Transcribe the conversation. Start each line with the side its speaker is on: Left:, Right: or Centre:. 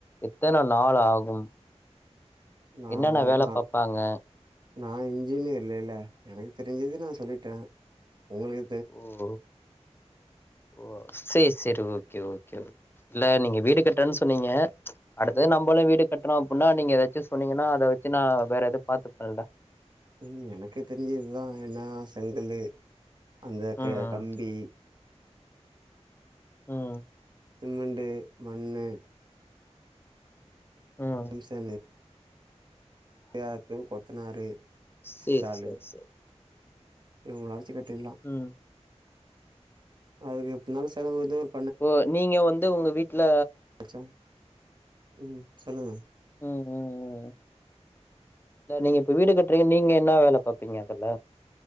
Left: எத்தன நாள் ஆகும்
Right: நானா
Left: என்னென்ன வேல பாப்பாங்க
Right: நா இன்ஜினியர் இல்லைல எனக்கு தெரிஞ்சது நா சொல்லிட்டே உங்களுக்
Left: ஓ ஓ சேரி சேரி ஓகே ஓகே இல்ல நீங்க வீடு கட்றன் சொன்னீங்க அடுத்தது
Right: ம்
Left: நம்பளு வீடு கட்ற அப்பிட்னா நீங்க எதாச்சு சொன்னீங்கனா அத வச்சு நா வேற எது பாத்துப்பல்ல
Right: ம் எனக்கு தெரிஞ்சது இதா என்னா செங்கலு அந்த க
Left: ம் ம்
Right: கம்பி
Left: ம்
Right: சிமிண்டு மண்ணு
Left: ம்
Right: எம் சாண்டு எதாச்சு கொத்தனாரு
Left: சேரி
Right: சித்தாளு
Left: சேரி சேரி
Right: இவ்ங்கள வச்சு கட்டிட்லா
Left: ம்
Right: அதுக்கு எப்டினாலு செலவு வந்து ஒரு
Left: ஓ நீங்க வந்து உங்க வீட்ல
Right: வச்சா ம் சொல்லுங்க
Left: ம் ம் ம் இல்ல நீங்க இப்ப வீடு கட்டுறீங்க நீங்க என்ன வேல பாப்பீங்க அதுல